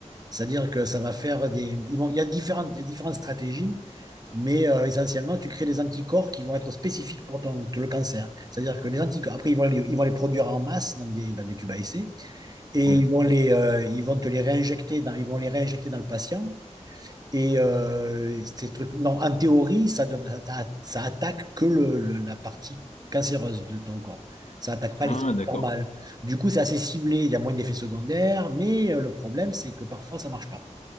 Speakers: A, on the right; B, on the left.
A: C'est-à-dire que ça va faire des. ils vont- il, y a différentes, il y a différentes stratégies, mais euh, essentiellement, tu crées des anticorps qui vont être spécifiques pour ton, le cancer. C'est-à-dire que les anticorps, après, ils vont, les- ils vont les produire en masse dans des, dans des tubes à essai et
B: oui.
A: ils vont, les, euh, ils vont te les réinjecter dans, ils vont les réinjecter dans le patient. Et euh, ces trucs, non, en théorie, ça, dev- ça, ça attaque que le, le- la partie cancéreuse de ton corps. Ça attaque pas
B: Ah,
A: les cellules
B: d'accord.
A: normales. Du coup, c'est assez ciblé, il y a moins d'effets secondaires, mais euh, le problème, c'est que parfois, ça marche pas.